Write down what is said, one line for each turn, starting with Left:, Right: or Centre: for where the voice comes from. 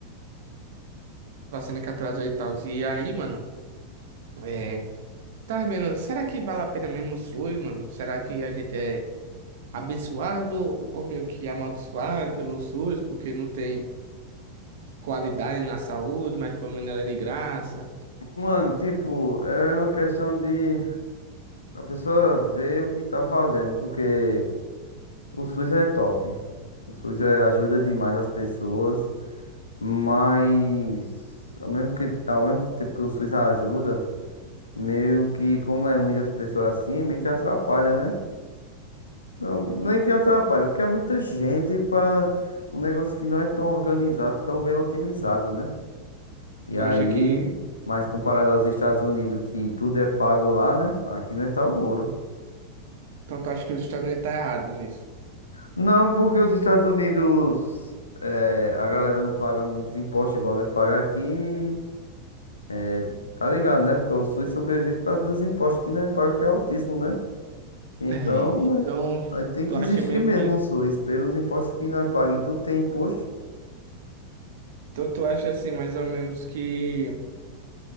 Right: Vacina que atrasou e tal. E aí, mano, é... tava vendo, será que vale a pena mesmo o SUS, mano? Será que a gente é abençoado ou meio que amaldiçoado pelo SUS porque não tem qualidade na saúde, mas pelo menos ela é de graça?
Left: Mano, tipo, é uma questão de a pessoa ver o que tá fazendo, porque o SUS é top. O SUS é- ajuda demais as pessoas, mas ao mesmo que, ao mesmo tempo que o SUS ajuda, meio que, como é muitas pessoas assim, meio que atrapalha, né? Não, nem que atrapalha, porque é muita gente para um negócio que não é tão organizado, tão bem otimizado, né? E
Right: Tu
Left: aí,
Right: acha que
Left: mas comparado aos Estados Unidos, que tudo é pago lá, né? Aqui não tá o ouro.
Right: Então tu acha que os Estados Unidos tá errado nisso?
Left: Não, porque os Estados Unidos, é, a galera não paga muitos impostos igual nós pagamos aqui. é, Tá ligado, né? Porque o SUS sobrevive por causa dos impostos que nós pagamos, que é altíssimo, né? Então,
Right: É,
Left: né?
Right: então,
Left: Vai ter
Right: tu
Left: que existir
Right: acha meio
Left: mesmo
Right: que.
Left: o SUS. Pelos impostos que nós pagamos, tudo tem imposto.
Right: Então tu acha assim, mais ou menos, que